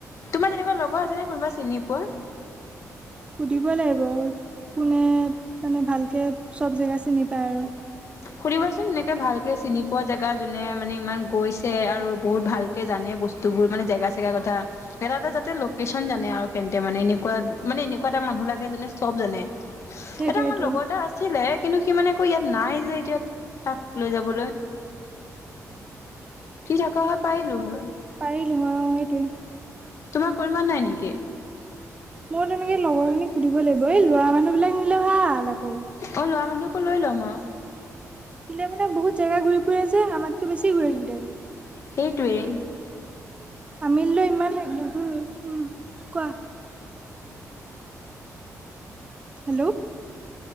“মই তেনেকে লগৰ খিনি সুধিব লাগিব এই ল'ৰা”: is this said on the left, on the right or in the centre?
Right